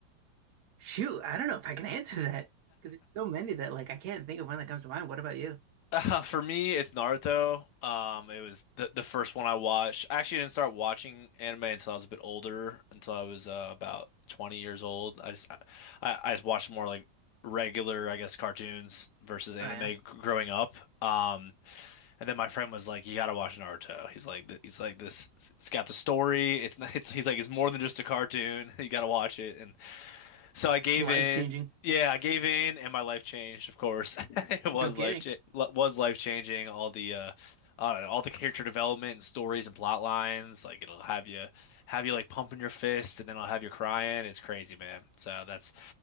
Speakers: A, on the right; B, on the left.
A: Shoot, I don't know if I can answer that because there's so many that like I can't think of one that comes to mind. What about you?
B: <laughs> Uh, for me, it's Naruto. Um, it was the the first one I watched. I actually didn't start watching anime until I was a bit older, until I was uh, about 20 years old. I just I, I just watched more like regular, I guess, cartoons versus anime
A: I am
B: g- growing up. Um, and then my friend was like, "You gotta watch Naruto." He's like, th- "He's like this. It's got the story. It's not. It's he's like it's more than just a cartoon. <laughs> You gotta watch it." And so I gave
A: life
B: in.
A: changing.
B: Yeah, I gave in, and my life changed. Of course, <laughs> it was
A: No kidding.
B: life cha was life changing. All the uh, I don't know, all the character development and stories and plot lines. Like it'll have you have you like pumping your fist, and then it'll have you crying. It's crazy, man. So that's